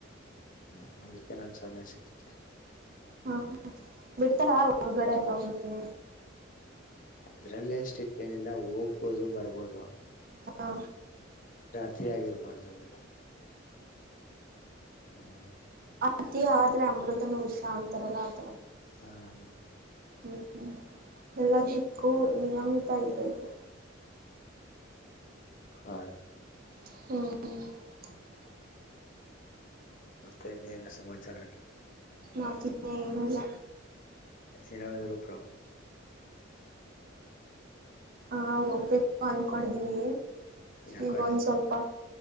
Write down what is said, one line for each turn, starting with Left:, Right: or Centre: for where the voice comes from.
Left: ಹಾ ಅದಕ್ಕೆ ನನ್ಗೆ ಸಮಯ ಸಿಗುತ್ತೆ
Right: ಹಾ ಹ್ಮ ಬಿಡ್ತಾರಾ ಹೊರ್ಗಡೆ ಎಲ್ಲ ಹೋಗುತ್ತೆ
Left: ಅದ್ರಲ್ಲಿ ಎಷ್ಟ ಇಟ್ಟೇನಿಲ್ಲ ಹೋಗ್ಬೋದು ಬರ್ಬೋದು
Right: ಹಾ
Left: ಾಗಿರ ಬರ್ತದೆಲ್ಲ ಹ್ಮ್
Right: ಅತಿ ಆದ್ರೆ ಅಮೃತನ ಹುಷಾ ಅಂತಾರಲ್ಲ ಆತರ
Left: ಹ್ಮ ಹಾ
Right: ಹ್ಮ್ ಎಲ್ಲದಿಕ್ಕೂ ನಿಯಮಿತ ಇರ್ಬೇಕು
Left: ಹಾ
Right: ಹ್ಮ್
Left: ಮತ್ತೆ ಇನ್ನೇನು ಸಮಾಚಾರ ಆಗ?
Right: ನಾ ತಿನ್ನೇನಲ್ಲ
Left: ಏನ್ರು
Right: ಹಾ ಹೋಗ್ಬೇಕು ಅನ್ಕೊಂಡಿದೀವಿ
Left: ಯಾಕೋ
Right: ಈಗ ಒಂದ್ ಸ್ವಲ್ಪ